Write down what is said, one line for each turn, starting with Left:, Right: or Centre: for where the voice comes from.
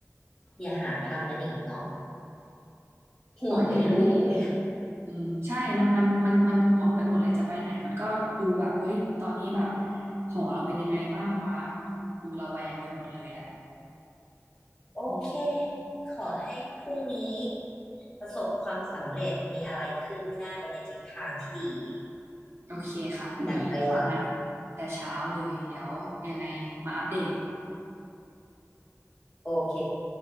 Left: อย่าหาทำกันอีกเนาะห่วงเป็นลูกเลยเออ
Right: โอเคพี่อืมใช่มันมันมันมันห่วงไปหมดเลยจะไปไหนมันก็ดูแบบเฮ้ยตอนนี้แบบหอเราเป็นยังไงบ้างวะมันดูระแวงไปหมดเลยอ่ะ
Left: โอเค
Right: อืม
Left: ขอให้พรุ่งนี้ประสบความสำเร็จ มีอะไรคืบหน้าไปในทิศทางที่ดี
Right: โอเคค่ะพรุ่งนี้นัด
Left: ดั่งใจหวัง
Right: แต่เช้าเลยเดี๋ยวยังไงมาอัปเดต
Left: โอเค